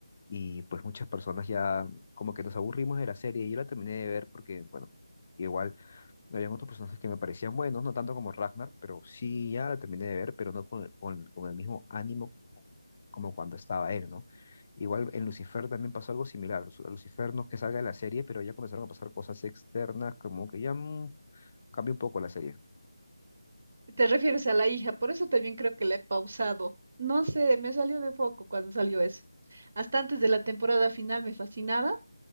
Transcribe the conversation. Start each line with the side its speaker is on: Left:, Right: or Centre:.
Left: Y pues muchas personas ya como que nos aburrimos de la serie. Yo la terminé de ver porque, bueno, igual habían otros personajes que me parecían buenos, no tanto como Ragnar, pero sí, ya la terminé de ver, pero no con, con- con el mismo ánimo como cuando estaba él, ¿no? Igual en Lucifer también pasó algo similar. Su- Lucifer no es que salga de la serie, pero ya comenzaron a pasar cosas externas, como que ya mm, cambió un poco la serie.
Right: Te refieres a la hija, por eso también creo que la he pausado. No sé, me salió de foco cuando salió eso. Hasta antes de la temporada final me fascinaba,